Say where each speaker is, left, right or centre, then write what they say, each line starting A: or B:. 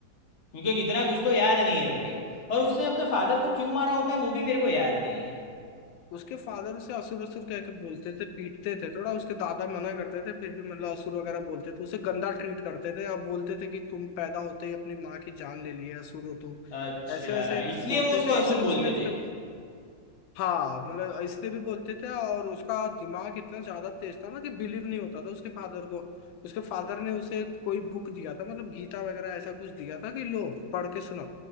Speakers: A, on the left; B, on the left.
A: क्योंकि कितना कुछ तो याद नहीं है भाई और उसने अपने फादर को क्यों मारा होता है वो भी मेरे को याद नहीं है
B: उसके फादर उसे असुर असुर कह के बोलते थे पीटते थे थोड़ा उसके दादा मना करते थे फिर भी मतलब असुर वगैरह बोलते थे उसे गंदा ट्रीट करते थे अब बोलते थे कि तुम पैदा होते ही अपनी माँ की जान ले लिए असुर हो तुम
A: अच्छा
B: ऐसे वैसे
A: इसलिए
B: बोलते
A: वो उसको
B: थे
A: असुर
B: इसलिए
A: बोलते
B: उसने अपने
A: थे
B: हाँ मतलब इसलिए भी बोलते थे और उसका दिमाग इतना ज्यादा तेज था ना कि बिलीव नहीं होता था उसके फादर को उसके फादर ने उसे कोई बुक दिया था मतलब गीता वगैरह ऐसा कुछ दिया था कि लो पढ़ के सुनाओ